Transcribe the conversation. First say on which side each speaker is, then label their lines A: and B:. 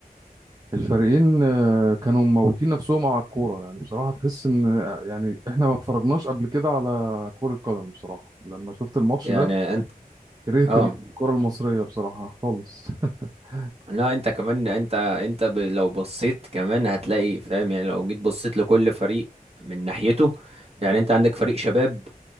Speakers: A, on the right; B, on the right.
A: الفريقين آه، كانوا موتين نفسهم على الكورة يعني بصراحة تحس ان آه، يعني احنا ما اتفرجناش قبل كده على كرة قدم بصراحة لما شفت الماتش
B: يعني
A: ده
B: أنت
A: كرهت
B: آه
A: الكرة المصرية بصراحة خالص <laughs>
B: لا أنت كمان أنت أنت ب... لو بصيت كمان هتلاقي فاهم يعني لو جيت بصيت لكل فريق من ناحيته يعني أنت عندك فريق شباب